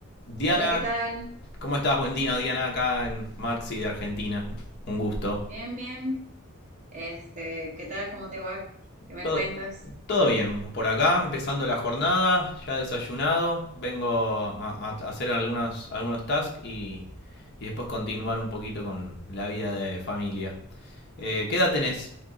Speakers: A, on the left (about 50°); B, on the right (about 35°).
A: Diana,
B: Hola, ¿qué tal?
A: ¿cómo estás? Buen día, Diana, acá en Marxi de Argentina. Un gusto.
B: Bien, bien. Este, ¿qué tal? ¿Cómo te va? ¿Qué me
A: Todo,
B: cuentas?
A: todo bien, por acá, empezando la jornada, ya desayunado, vengo a, a hacer algunas algunos tasks y, y después continuar un poquito con la vida de familia. Eh, ¿Qué edad tenés?